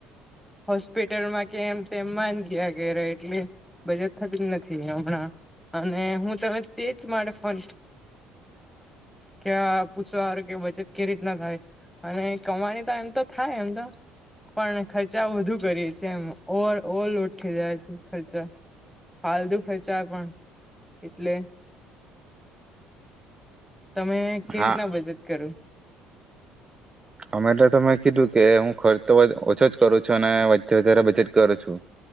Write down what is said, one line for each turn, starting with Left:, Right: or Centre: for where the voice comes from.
Centre: હોસ્પિટલમાં કેમ તેમ માન ગયા એટલી બજેટ થતી જ નથી હમણાં અને હું તમે તેજ માટે ફ ક પૂછવા કે બજેટ કે રીતના થાય અને કમાની તો એમ તો થાય એમ તો પણ ખર્ચા વધુ કરીએએ એમ ઓવર ઓલ ખ ખર્ચા ફાલતુ ખર્ચા પણ એટલે તમે કે
Right: હા
Centre: રીતના બચત કરો
Right: અમે એટલે તો તમે કીધું કે હું ખર્ચ તો વ ઓછો જ કરું છું અનેે વધારે બજેટ કરું છું